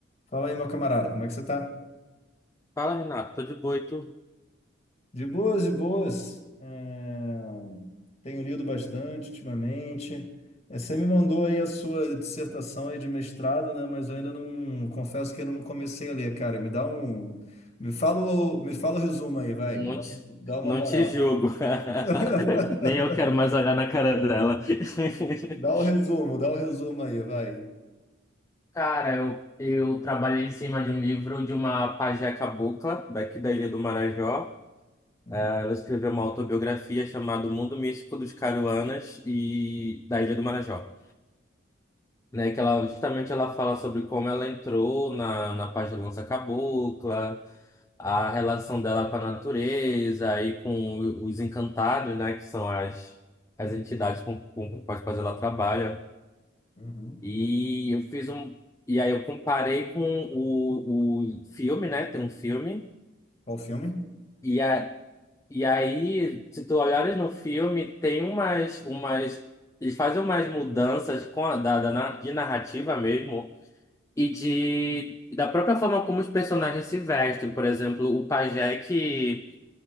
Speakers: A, on the left; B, on the left.
A: Fala aí, meu camarada, como é que você tá?
B: Fala, Renato, tô de boa e tu?
A: De boas, de boas. É, Tenho lido bastante ultimamente. É, Você me mandou aí a sua dissertação aí de mestrado, né? Mas eu ainda não, confesso que ainda não comecei a ler, cara. Me dá um, me fala, o- me fala o resumo aí, vai.
B: Não
A: Dá,
B: te,
A: um- dá uma
B: não
A: moral.
B: te julgo. <laughs>
A: <laughs>
B: Nem eu quero mais olhar na cara dela. <laughs>
A: Dá o resumo, dá o resumo aí, vai.
B: Cara, eu, eu trabalhei em cima de um livro de uma pajé cabocla, daqui da Ilha do Marajó.
A: Uhum.
B: Ela escreveu uma autobiografia chamada O Mundo Místico dos Caruanas e da Ilha do Marajó. né? Que ela justamente ela fala sobre como ela entrou na, na pagelança cabocla, a relação dela com a natureza e com os encantados, né? Que são as, as entidades com, com, com as quais ela trabalha.
A: Uhum.
B: E eu fiz um. E aí eu comparei com o, o filme, né? Tem um filme.
A: Qual filme?
B: E, a, e aí, se tu olhares no filme, tem umas, umas. Eles fazem umas mudanças com a, da, da, na- de narrativa mesmo E de e da própria forma como os personagens se vestem, por exemplo, o pajé que